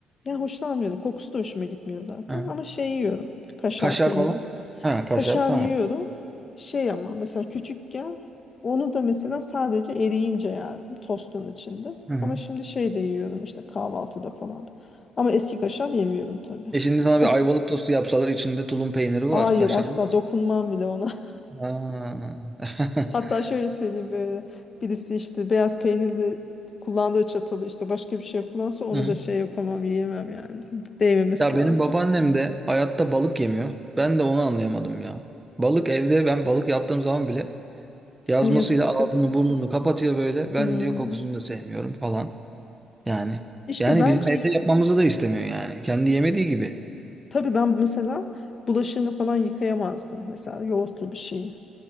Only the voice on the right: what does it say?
Ha.
Kaşar
falan? Ha, kaşar
tamam.
Hı hı.
E şimdi sana
bir ayvalık tostu yapsalar içinde tulum peyniri
var, kaşar
var.
Ha.
<laughs>
Hı hı.
Ya
benim babaannem de hayatta balık yemiyor. Ben de onu anlayamadım ya. Balık evde ben balık yaptığım zaman bile yazmasıyla
ağzını burnunu kapatıyor böyle.
Ben diyor kokusunu da sevmiyorum falan. Yani
yani
bizim evde yapmamızı da istemiyor yani. Kendi yemediği gibi.